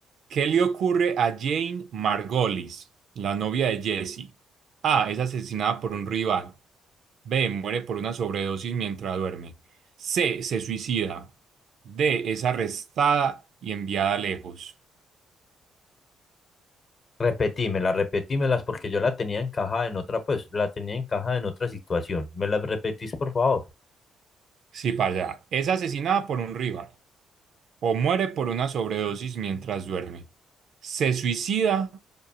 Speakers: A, on the right; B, on the left.
A: ¿Qué le ocurre a Jane Margolis, la novia de Jesse? A. Es asesinada por un rival. B. Muere por una sobredosis mientras duerme. C. Se suicida. D. Es arrestada y enviada lejos.
B: repetímela, repetímelas porque yo la tenía encajada en otra, pues la tenía encajada en otra situación. ¿Me las repetís, por favor?
A: Sí, para allá. Es asesinada por un rival. O muere por una sobredosis mientras duerme. Se suicida